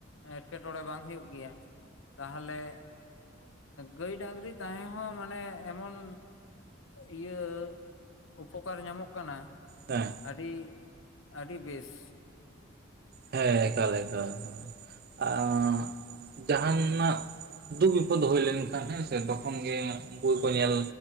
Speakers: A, on the left; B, on the right.
A: ᱮᱴᱠᱮᱴᱚᱬᱮ ᱵᱟᱝ ᱦᱩᱭᱩᱜ ᱜᱮᱭᱟ ᱛᱟᱦᱚᱞᱮ ᱜᱟᱹᱭ ᱰᱟᱹᱝᱜᱨᱤ ᱛᱟᱦᱮᱸ ᱦᱚᱸ ᱢᱟᱱᱮ ᱮᱢᱚᱱᱼᱼ ᱤᱭᱟᱹ ᱩᱯᱚᱠᱟᱨ ᱧᱟᱢᱚᱜ ᱠᱟᱱᱟ
B: ᱦᱮᱸ
A: ᱟᱹᱰᱤ ᱟᱹᱰᱤ ᱵᱮᱥ
B: ᱦᱮᱸ ᱮᱠᱟᱞ ᱮᱠᱟᱞᱼᱼ <unintelligible> ᱡᱟᱦᱟ ᱱᱟᱜ ᱫᱩᱠ ᱵᱤᱯᱚᱫ ᱦᱩᱭ ᱞᱮᱱᱠᱷᱟᱱ ᱦᱮᱸᱥᱮ ᱛᱚᱠᱷᱚᱱ ᱜᱮ ᱩᱱᱠᱩ
A: ᱦᱳᱭ
B: ᱜᱮᱠᱚ ᱧᱮᱞ